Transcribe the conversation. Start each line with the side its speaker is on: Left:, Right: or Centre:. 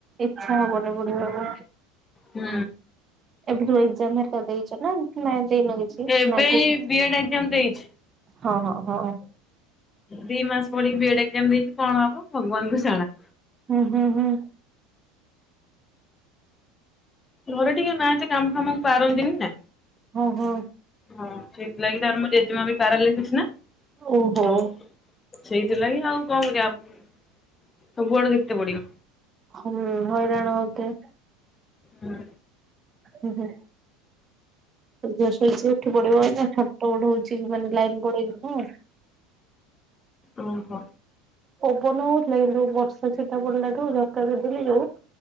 Right: ଇଚ୍ଛା ହବନି ପଢିବାକୁ
Left: ହୁଁ
Right: ଏବେଠୁ ଏକ୍ଜାମ ହେରିକା ଦେଇଛ ନା ନା ଦେଇନ କିଛି?
Left: ଏବେ
Right: ନା ଆଗକୁ
Left: ଏଇ ବି ଏଡ ଏକ୍ଜାମ ଦେଇଛି
Right: ହଁ ହଁ ହଁ
Left: ଦି ମାସ ପଡିକି ବି ଏଡ ଏକ୍ଜାମ ଦେଇଛି କଣ ହବ ଭଗବାନଙ୍କୁ ଜଣା
Right: ହୁଁ ହୁଁ ହୁଁ
Left: ଘରେ ଟିକେ ନାଁ ଜେ କାମ ଆମକୁ ପାରନ୍ତିିନି ନା
Right: ହଁ ହଁ
Left: ହଁ ସେଇଥିଲାଗି ତାର ମୋ ଜେଜେମା ବି ପାରାଲିସିସ୍ ନା
Right: ଓହୋ
Left: ହଉ ସେଇଥିଲାଗି ଆଉ କଣ କରିବା ସବୁଆଡେ ଦେଖିତେ ପଡିବ।
Right: ହୁଁ ହଇରାଣ ହତେ
Left: ହୁଁ।
Right: ହ ହୁଁ ଝିଅ ଶୋଇଛି ଉଠି ପଡିବ ଛଟପଟ ହଉଛି ମାନେ ଲାଇନ ପଳେଇଚି ନା
Left: ଓହୋ।
Right: ପବନ ହଉଥିଲା କିନ୍ତୁ ଯୋଉ ବର୍ଷା ଛିଟା ପଡିଲାଠୁ ଝରକା ଦେଇଦେଲି ଯୋଉ